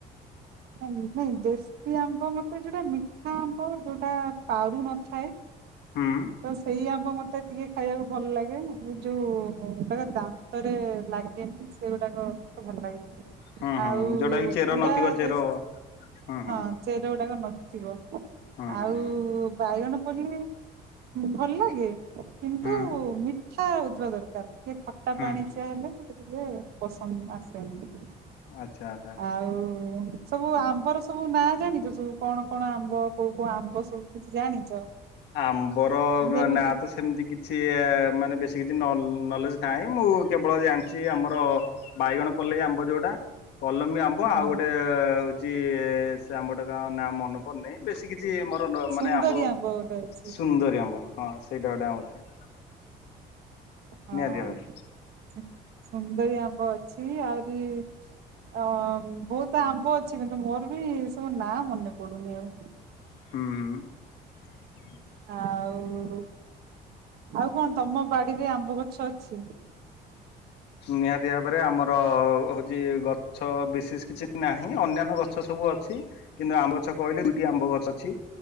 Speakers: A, on the right; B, on the left.
A: ନାଇଁ ଦେଶୀ ଆମ୍ବ ମତେ ଯୋଉଟା ମିଠା ଆମ୍ବ ଯୋଉଟା ପାରୁ ନଥାଏ
B: ହୁଁ
A: ତ ସେଇ ଆମ୍ବ ମତେ ମୋତେ ଟିକେ ଖାଇବାକୁ ଭଲ ଲାଗେ ମ ଯେଉଁ ଗୁଡ଼ାକ ଦାନ୍ତରେ ଲାଗେନି, ସେଗୁଡ଼ାକ <unintelligible> ଭଲ ଲାଗେ
B: ହୁଁ ହୁଁ
A: ଆଉ
B: ଯୋଉଟା କି ଚେର
A: ପୁରା
B: ନଥିବ ଚେର
A: ଦେଶ ହଁ,
B: ହୁଁ ହୁଁ
A: ଚେର ଗୁଡାକ ନଥିବ,
B: ହୁଁ
A: ଆଉ
B: ହୁଁ ହୁଁ
A: ବାଇଗଣ ପଲି ଭଲ ଲାଗେ କିନ୍ତୁ
B: ହୁଁ
A: ମିଠା ହଉଥିବା ଦରକାର। ଟିକେ ଖଟା
B: ହୁଁ
A: ପାଣିଚିଆ
B: ହୁଁ
A: ହେଲେ ମତେ ଟିକେ ପସନ୍ଦ ଆସେନି।
B: ଆଚ୍ଛା ଆଚ୍ଛା।
A: ଆଉ ସବୁ ଆମ୍ବର ସବୁ ନାଁ ଜାଣିଛ ସବୁ, କଣ କଣ ଆମ୍ବ? କୋଉ କୋଉ ଆମ୍ବ ସବୁ କିଛି ଜାଣିଛ?
B: ଆମ୍ବର
A: ଯେମିତି
B: ନା ତ ସେମିତି କିଛି ମାନେ ବ ସେ କିଛି ନଲେଜ ନାହିଁ, ମୁଁ କେବଳ ଜାଣିଛି ଆମର ବାଇଗଣ ପଲ୍ଲେଇ ଆମ୍ବ ଯୋଉଟା କଲମୀ ଆମ୍ବ
A: ହଁ
B: ଆଉ ଗୋଟେ ହଉଛି ସେ ଆମ୍ବ ଟା କା ନା ମନେ ପଡନାହିଁ, ବେଶୀ କିଛି ମାନେ
A: ସୁନ୍ଦରୀ
B: ଆମ୍ବ
A: ଗୋଟେ ଅଛି
B: ସୁନ୍ଦରୀ ଆମ୍ବ ହଁ ସେଇଟା ଗୋଟେ ଆମ୍ବ ଥାଏ।
A: ହଁ
B: ନିହାତି ଭାବରେ
A: ସୁନ୍ଦରୀ ଆମ୍ବ ଅଛି ଆହୁରି ଅ ବହୁତ ଆମ୍ବ ଅଛି କିନ୍ତୁ ମୋର ବି ଏ ସବୁ ନାଁ ମନେ ପଡୁନି ଆଉ
B: ହୁଁ ହୁଁ
A: ଆଉ ଆଉ କଣ ତମ ବାଡିରେ ଆମ୍ବ ଗଛ ଅଛି?
B: ନିହାତି ଭାବରେ, ଆମର ହଉଛି ଗଛ ବିଶେଷ କିଛି ନାହିଁ ଅନ୍ୟାନ୍ୟ ଗଛ ସବୁ ଅଛି କିନ୍ତୁ ଆମ୍ବ ଗଛ କହିଲେ ଦୁଇଟି ଆମ୍ବ ଗଛ ଅଛି,